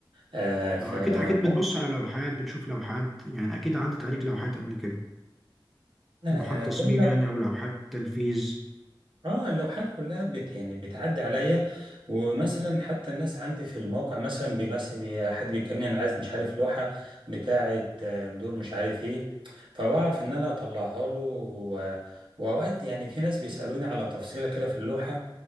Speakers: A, on the right; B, in the centre.
A: آه، فممكن
B: آه، اكيد اكيد بتبص على لوحات بتشوف لوحات يعني اكيد عدت عليك لوحات قبل كده
A: يعني
B: لوحات تصميم
A: كل
B: يعني او لوحات تنفيذ
A: اه اللوحات كلها بت يعني بتعدي عليا ومثلا حتى الناس عندي في الموقع مثلا بيمثل بي- حد بيكلمني انا عايز مش عارف لوحه بتاعه آه، دور مش عارف ايه فبعرف ان انا اطلعها له و- واوقات يعني في ناس بيسالوني على تفصيله كده في اللوحه